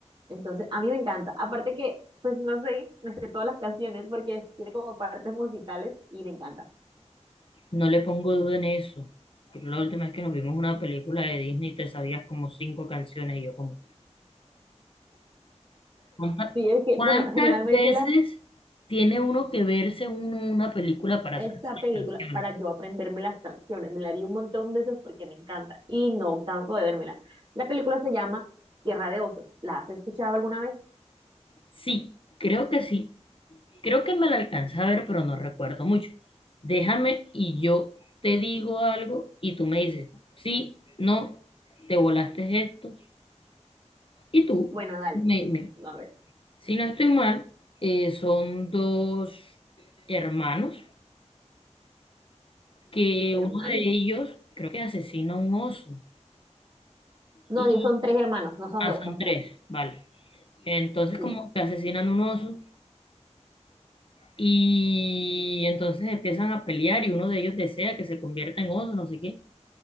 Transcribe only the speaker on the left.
No le pongo duda en eso. Pero la última vez que nos vimos una película de Disney te sabías como cinco canciones y yo como, ¿cuántas,
cuántas
veces
tiene uno que verse uno una película para
saberse
las canciones?
Sí, creo que sí. Creo que me la alcancé a ver, pero no recuerdo mucho. Déjame y yo te digo algo y tú me dices, sí, no, te volaste esto. Y tú,
me, me-
si no estoy mal, eh, son dos hermanos que
uno de ellos creo que asesina a un oso.
Y
ah,
son
tres, vale. Entonces
como que asesinan un oso y entonces empiezan a pelear y uno de ellos desea que se convierta en oso, no sé qué.